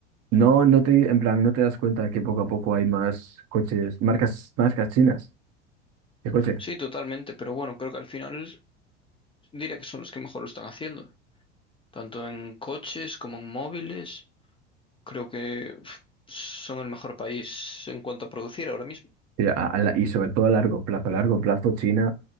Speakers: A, on the right; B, on the left.
A: No, no te, en plan, no te das cuenta de que poco a poco hay más coches, marcas, marcas chinas de coche.
B: Sí, totalmente, pero bueno, creo que al final diría que son los que mejor lo están haciendo, tanto en coches como en móviles. Creo que uf, son el mejor país en cuanto a producir ahora mismo.
A: Sí, a- a la- y sobre todo a largo plazo. A largo plazo, China,